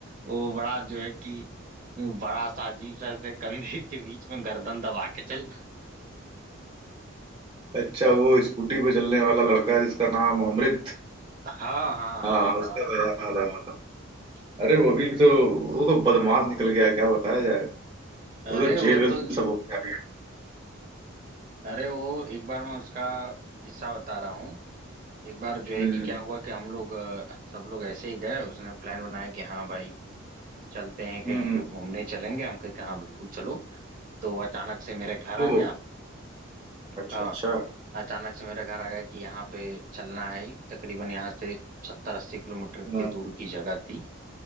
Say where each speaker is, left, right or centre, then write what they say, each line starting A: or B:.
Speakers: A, on the right (about 40°); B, on the right (about 25°).
A: वो बड़ा जो है कि बड़ा सा अजीब सा ऐसे कंधे के बीच में गर्दन दबा के चलता
B: अच्छा वो स्कूटी पे चलने वाला लड़का जिसका नाम अमृत
A: हाँ हाँ
B: हाँ
A: हाँ हाँ
B: उसका तो याद है याद है। अरे वो भी तो वो तो बदमाश निकल गया क्या बताया जाए
A: अरे
B: वो तो जेल
A: वो
B: वेल
A: तो
B: सब हो गया
A: अरे वो एक बार मैं उसका किस्सा बता रहा हूँ एक बार जो है
B: हम्म
A: कि क्या हुआ कि हम लोग अ, सब लोग ऐसे ही गए उसने प्लान बनाया कि हाँ भाई चलते हैं कहीं
B: हम्म हम्म।
A: पे घूमने चलेंगे हम कहे कि हाँ बिल्कुल चलो तो अचानक से मेरे घर
B: ओ
A: आ गया हाँ
B: अच्छा अच्छा
A: अचानक से मेरे घर आ गया कि यहाँ पे चलना है ही। तकरीबन यहाँ से सत्तर अस्सी किलोमीटर की
B: हाँ,
A: दूर की जगह थी